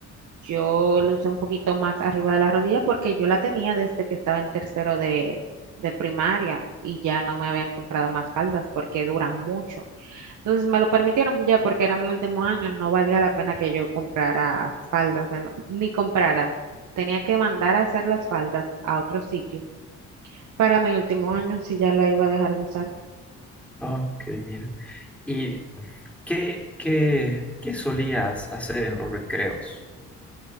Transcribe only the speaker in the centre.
Ah, Ok, mira. ¿Y qué, qué, qué solías hacer en los recreos?